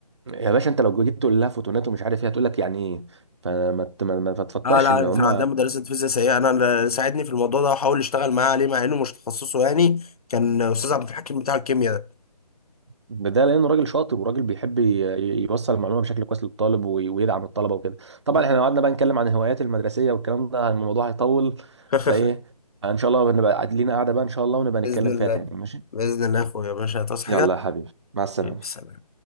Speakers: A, on the right (about 45°); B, on the left (about 65°).
A: يا باشا انت لو جيت تقول لها فوتونات ومش عارف ايه هتقول لك يعني ايه فما ت- ما ما تفكرش
B: اه لا
A: ان
B: انا
A: هم
B: كان عندنا مدرسة فيزياء سيئة انا اللي ساعدني في الموضوع ده وحاول اشتغل معاه عليه مع انه مش تخصصه يعني كان استاذ عبد الحكيم بتاع الكيمياء ده
A: ده لانه راجل شاطر وراجل بيحب ي- يوصل المعلومه بشكل كويس للطالب وي- ويدعم الطلبه وكده طبعا
B: مم.
A: احنا لو قعدنا بقى نتكلم عن الهوايات المدرسيه والكلام ده الموضوع هيطول
B: <laughs>
A: فايه ان شاء الله نبقى قاعد- لينا قاعده بقى ان شاء الله ونبقى
B: بإذن
A: نتكلم
B: الله
A: فيها تاني ماشي
B: بإذن الله يا أخويا يا باشا تصحى
A: يلا
B: حاجة
A: يا حبيبي مع السلامه
B: يلا، سلام